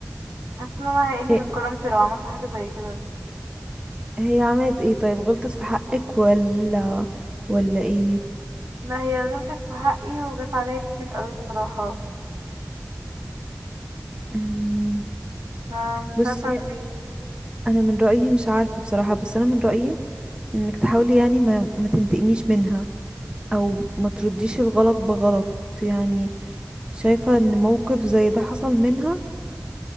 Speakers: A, on the right; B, on the right.
A: حاسة ان انا هيقل
B: هي,
A: من كرامتي لو عملت حاجة زي كده
B: هي عملت ايه طيب غلطت في حقك ولا ولا ايه
A: لا هي غلطت في حقي وجت عليا كتير قوي بصراحة
B: مم،
A: فمش
B: بصي
A: عارفة اعمل ايه
B: انا من رايي مش عارفه بصراحه بس انا من رايي انك تحاولي يعني ما ما تنتقميش منها او ما ترديش الغلط بغلط يعني شايفه ان موقف زي ده حصل منها